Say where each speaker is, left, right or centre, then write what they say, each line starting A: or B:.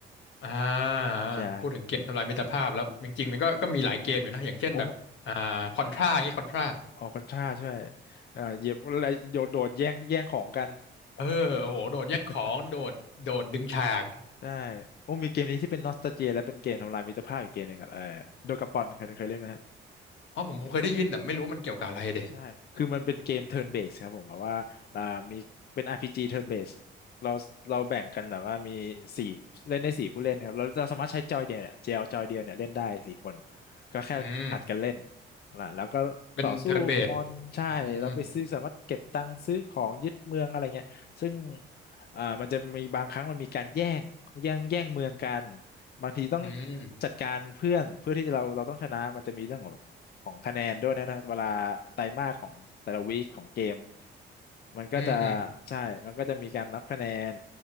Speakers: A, on the left; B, on the left.
A: อ่า
B: ใช่
A: พูดถึงเกมทำลายมิตรภาพแล้วจริงๆมันก็ก็มีหลายเกมอยู่นะอย่างเช่นแบบอ่าคอนทราอย่างงี้คอนทรา
B: โอ้ ออกกันท่าใช่เอ่าเหยียบอะไรโดดโดด แย่ง แย่งของกัน
A: เออโอ้โหโดดแย่งของโดดโดดดึงฉาก
B: <laughs> ได้ โอ้มีเกมนี้ที่เป็นนอสตาเจียและเป็นเกมทำลายมิตรภาพอีกเกมหนึ่งครับเออโดกาปอนเคยเคยเล่นไหม
A: อ๋อผมผมเคยได้ยินแต่ไม่รู้มันเกี่ยวกับอะไรเดะ
B: ใช่ คือมันเป็นเกม turn based ครับผมแบบว่าอ่า มีเป็น RPG turn based เราเราแบ่งกันแบบว่ามีสี่เล่นได้สี่ผู้เล่นครับเราเราสามารถใช้จอยเดียวเนี่ยเจลจอยเดียวเนี่ยเล่นได้สี่คน ก็แค่ผลัดกันเล่น
A: อืม
B: นะแล้วก็ต่อสู้มอนใช่เราไปซื้อสามารถเก็บตังค์ซื้อของยึดเมืองอะไรเงี้ยซึ่ง
A: เป็นเทิร์นเบสอืม
B: อ่ามันจะมีบางครั้งมันมีการแย่งแย่งแย่งเมืองกัน บางทีต้อง
A: อืม
B: จัดการเพื่อนเพื่อที่จะเราเราต้องชนะมันจะมีเรื่องของ ของคะแนนด้วยนะนะเวลาไตรมาสของแต่ละวีคของเกมมันก็จะ
A: อืมอืม
B: ใช่มันก็จะมีการนับคะแนน